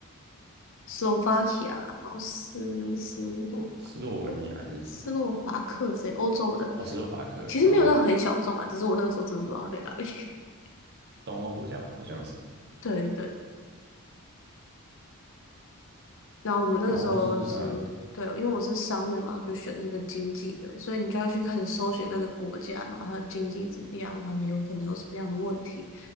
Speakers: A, on the left; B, on the right.
A: 斯洛伐克啦，然后斯斯洛
B: 斯洛维尼亚还是什么？
A: 斯洛伐克这些欧洲的，
B: 哦，斯洛伐克啊，
A: 其实没有到很小众啊，只是我那个时候真的不知道它在哪里。<laughs>
B: 东欧国家嘛，好像是。
A: 对对。然后我们那个时候是，
B: 然后就是嗯
A: 对，因为我是商院嘛，就选那个经济的，所以你就要去开始搜寻那个国家，然后它的经济怎么样，他们有可能有什么样的问题，